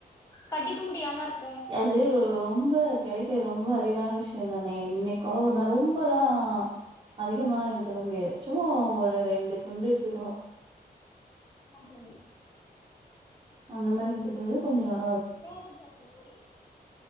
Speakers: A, on the left; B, on the right.
A: கடிக்க முடியாம இருக்
B: அது ரொம் ரொம்ப கெடைக்க ரொம்ப அரிதான விஷயம் தானே என்னைக்கோ ஒரு நாள் ரொம்பல்லா அதிகமால்லா எடுத்துக்க முடியாது சும்மா ஒரு ரெண்டு துண்டு எடுத்துக்கணு
A: ஆமா தோழி
B: அந்த மாரி எடுத்துக்கறது கொஞ்சோ நல்
A: வேற எதாச்சு தோழி